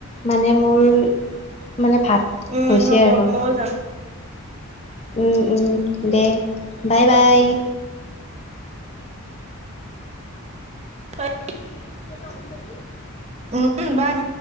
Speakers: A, on the left (about 30°); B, on the right (about 30°).
A: মানে মোৰ মানে ভাত
B: উম
A: হৈছে
B: হ'ব
A: আৰু।
B: মইও যাম
A: উ উম দে বাই বাই।
B: তই
A: <unintelligible>
B: উ উম বাই